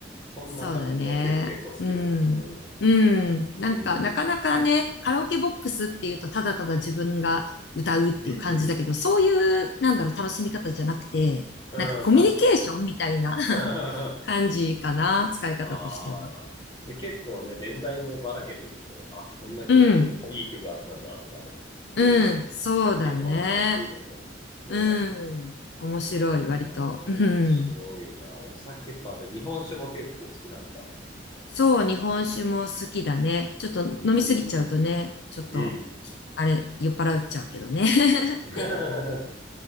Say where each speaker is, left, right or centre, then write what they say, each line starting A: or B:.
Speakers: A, on the left; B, on the left.
A: そんな感じはけ、
B: そうだね。
A: 結構好きだね。
B: うん。
A: うん。
B: うん。なんか、
A: うん、
B: なかなかね、
A: うん、
B: カラオケボックスっていうと、ただただ自分が歌うっていう感じだけど、
A: うん。
B: そういう、なんだろう、楽しみ方じゃなくて、
A: うん、
B: なんかコミュニケーションみたいな
A: 確かに。<laughs> うんあ
B: <laughs> 感じかな、使い方としては。
A: あ。で、結構ね、年代もばらけてると、あ、こんな曲、
B: うん。
A: いい曲あったんだとかね、いろいろ発見もあっていいかもしれない。
B: うん、そうだね。うん、
A: ねえ。
B: 面白い、
A: うーん、
B: 割と。うん。
A: 面白いな。お酒か。じゃあ、日本酒も結構好きなんだ。
B: そう、日本酒も好きだね。ちょっと飲みすぎちゃうとね、
A: うーん、
B: ちょっと、
A: うん。
B: あれ、酔っ払っちゃうけどね。<laughs>
A: <laughs>